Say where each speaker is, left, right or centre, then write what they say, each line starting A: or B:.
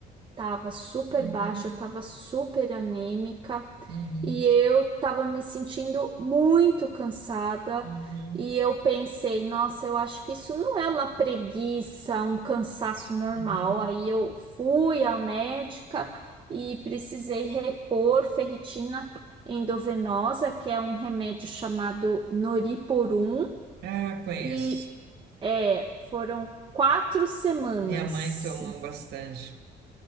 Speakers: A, on the right; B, on the right.
A: Tava super
B: Uhum.
A: baixa, tava super anêmica
B: Uhum.
A: e eu tava me sentindo muito cansada.
B: Uhum.
A: E eu pensei, nossa, eu acho que isso não é uma preguiça, um cansaço normal.
B: Uhum.
A: Aí eu fui à médica e precisei repor ferritina endovenosa, que é um remédio chamado Noriporum,
B: Ah, conheço.
A: e é, foram quatro semanas.
B: Minha mãe tomou bastante.